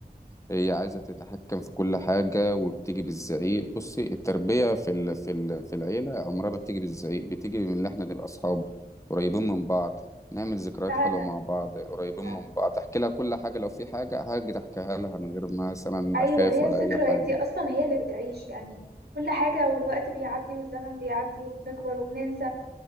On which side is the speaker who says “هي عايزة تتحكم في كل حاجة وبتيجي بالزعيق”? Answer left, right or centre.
Left